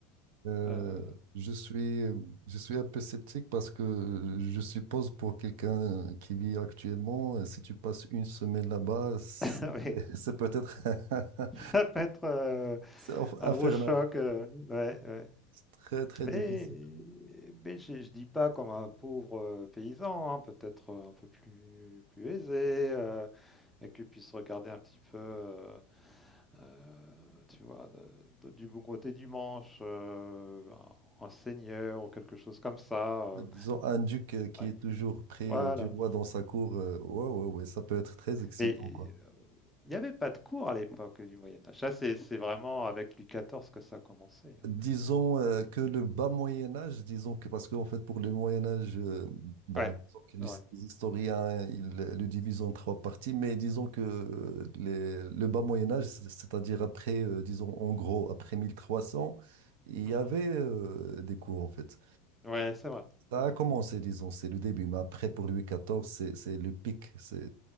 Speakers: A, on the right (about 70°); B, in the centre.
A: Euh,
B: Euh,
A: je suis, je suis un peu sceptique parce que je suppose pour quelqu'un qui vit actuellement, euh, si tu passes une semaine là-bas, c'est
B: <laughs> oui,
A: <laughs> c'est peut-être <laughs>
B: ça peut être euh,
A: c'est inf-
B: un
A: infernal.
B: gros choc. euh, ouais, ouais.
A: C'est très, très
B: Mais,
A: difficile.
B: mais je ne dis pas comme un pauvre euh, paysan, hein, peut-être euh, un peu plus, plus aisé, euh, et que puisse regarder un petit peu, euh, euh, tu vois, de- de- du bon côté du manche, euh, un, un seigneur ou quelque chose comme ça. euh,
A: Disons, un duc euh, qui
B: ouais,
A: est toujours près
B: voilà.
A: euh, du roi dans sa cour, euh, ouais, ouais, ouais, ça peut être très excitant,
B: Mais euh,
A: quoi.
B: il n'y avait pas de cours à l'époque du Moyen Âge. Ça, c'est c'est vraiment avec Louis XIV que ça a commencé. hein.
A: Disons euh, que le bas Moyen Âge, disons que parce que en fait pour le Moyen Âge, euh, bon,
B: Ouais,
A: disons que les
B: c'est vrai.
A: les historiens ils euh, le divisent en trois parties, mais disons que euh, les- le bas Moyen Âge, c- c'est-à-dire après, euh, disons en gros après 1300, il
B: Mhm.
A: y avait euh, des coups en fait.
B: Ouais, c'est vrai.
A: Ça
B: c'est vrai.
A: a commencé, disons, c'est le début, mais après pour Louis XIV, c'est c'est le pic, c'est